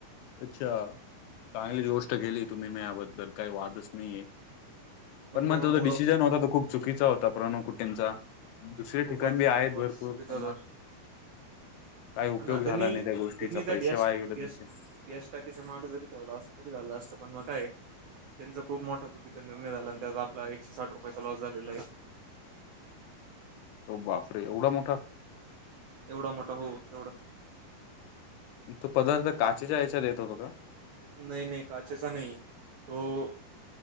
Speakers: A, on the left; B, on the right.
A: अच्छा चांगली गोष्ट केेली तुम्ही म या्याबद्दल काही वादच नाहीये पण मग
B: माझा
A: त जो
B: मूड
A: डिसिजन
B: ऑफ
A: होता तो खूप चुकीचा होता प्रणू कुटींचा दुसरे
B: खूपच
A: ठिकाण बी
B: खूपच
A: आहेत भरपूर
B: चुकीचं
A: पण
B: होतं
A: म काय उपयोग
B: हा ना
A: झाला
B: त्यांनी
A: नाही त्या गोष्टीचा
B: त्यांनी त्या
A: पैसे
B: गॅस
A: वाय गेले तुमचे
B: गॅस गॅस टाकीचा माग जरी ठेवला असत तरी झालं असतं पण मग काय त्यांचा खूप मोठा चुकीचा निर्णय झाला आणि त्यात आपला एकशे साठ रुपयाचा लॉस झालेला आहे
A: बापरे एवढा मोठा
B: एवढा मोठा हो तेवढं
A: तो पदार्थ काचेच्या याच्या देत होतो का
B: नाही नाही काचचा नाही त